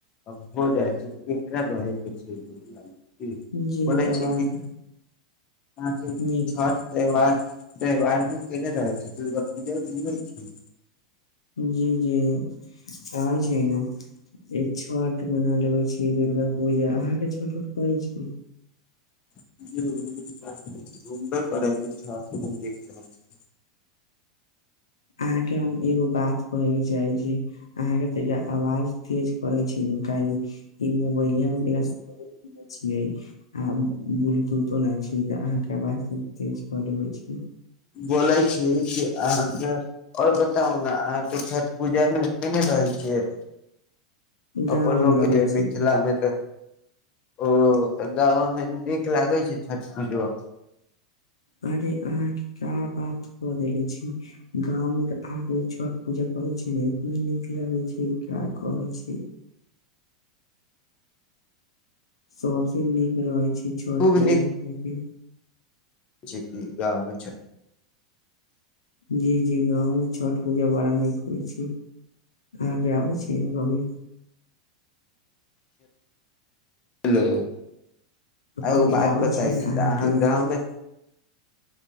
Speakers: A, on the left; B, on the left.
A: आब हो जाइ छै केकरा रहै के छै दुनिया मे,
B: जी
A: बोलै
B: तऽ
A: छी
B: बात
A: कि अहां के
B: नीक
A: छठ त्यौहार त्यौहार मे केने रहै छी, दुर्गा पूजा घुमै छी?
B: जी जी, आ जैबे। एक छठ मना लेबे छी, दुर्गा पूजा, अहाँ के छठ उठ करै छी।
A: जम्बर प छ देख <unintelligible>
B: अहाँके हम एगो बात कहयके चाहै छी अहाँके तनि आवाज तेज करे छी कि ई मोबाइल मे बोलै छियै? आ ब्लूटूथो ने छी त अहाँ के आवाज तेज क लेबे छी।
A: बोलै छी कि अहाँके और बताउ ने अहाँ त छठ पूजामे केने रहै छियै?
B: गाँव
A: अपन
B: में
A: लोक
B: रहे छी
A: मिथिलामे तऽ ओ तऽ गांवो मे नीक लागे छै छठ पूजा
B: अहांके अहाँके का बात कऽ देले छी। गांव में आब छठ पूजा करे छै ने एते नीक लगे छै का कहे छै। सबसे नीक रहै छै छठ
A: खूब
B: पूजा कर के।
A: जी, गाँव मे छठ
B: जी जी गाँव मे छठ पूजा बड़ा नीक होइ छै। अहाँके आबै छियै अइमे कभी?
A: हेलो
B: कभी
A: एगो बात
B: आबै
A: बताबै
B: ने
A: छी
B: अहाँके
A: तऽ अहाँ गाम मे